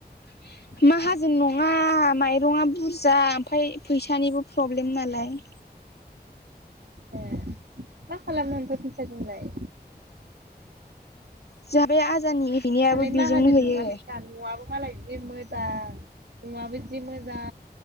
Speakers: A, on the left; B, on the right.
A: <inaudible> माहाजोन नङा माइरंआ बुरजा ओमफ्राय फैसानिबो प्रब्लेम नालाय।
B: ए मा खालामनो ओमफाय फैसाजोंलाय?
A: जों <unintelligible> हैैनायाबो
B: दालाय
A: बेजोंनो
B: माहाजोन
A: होयो।
B: नङा नोंसा न'आबो मालाय जि मोजां न'आबो जि मोजां।